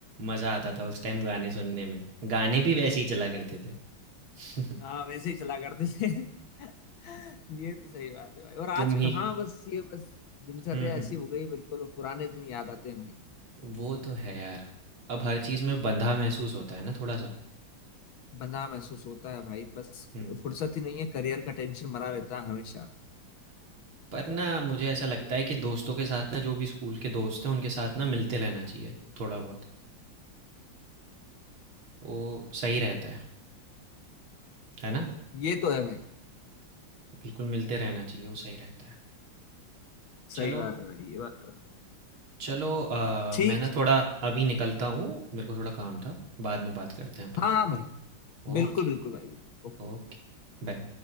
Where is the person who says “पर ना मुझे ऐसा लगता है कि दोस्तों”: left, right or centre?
Right